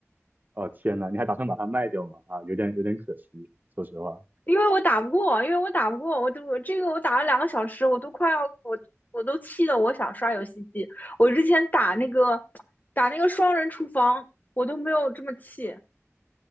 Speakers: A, on the right; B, on the left.
A: 哦，天呐，你还打算把它卖掉吗？啊，有点有点可惜，说实话。
B: <laughs> 因为我打不过，因为我打不过，我都我这个我打了两个小时，我都快要我我都气得我想刷游戏机。我之前打那个打那个双人厨房，我都没有这么气。